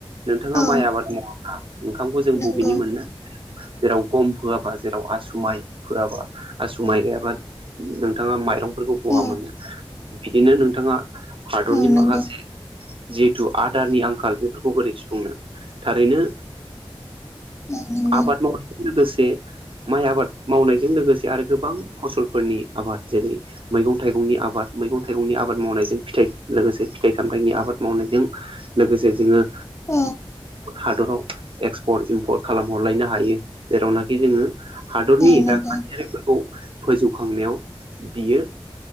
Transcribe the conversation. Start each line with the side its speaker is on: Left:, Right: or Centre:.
Right: नोंथाङा
Left: औ
Right: माइ आबाद मावा ब्ला ओंखामखौ जों
Left: नंगौ
Right: बबेनि मोननो जेराव गम फोआबा जेराव आसुमाइ होआबा आसुमाइ गैयाबा नोंथाङा माइरंफोरखौ बहा
Left: औ
Right: मोनो बिदिनो नोंथाङा हादरनि
Left: औ नंगौ
Right: माखासे जिहेथु आदारनि आंखाल बेफोरखौ बोरै सुफुंनो थारैनो
Left: औ नंगौ
Right: आबाद जों लोगोसे माइ आबाद मावनायजों लोगोसे आरो गोबां फसलफोरनि आबाद जेरै मैगं थाइगंनि आबाद मैगं थाइगंनि आबाद मावनायजों फिथाइ लोगोसे फिथाइ सामथाइनि आबाद मावनायजों लोगोसे जोङो
Left: औ
Right: हादराव एक्सपर्ट इमपर्ट खालामहरलायनो हायो जेरावनाखि जोङो हादरनि
Left: औ नंगौ
Right: रांखान्थियारिफोरखौ फोजौखांनायाव बियो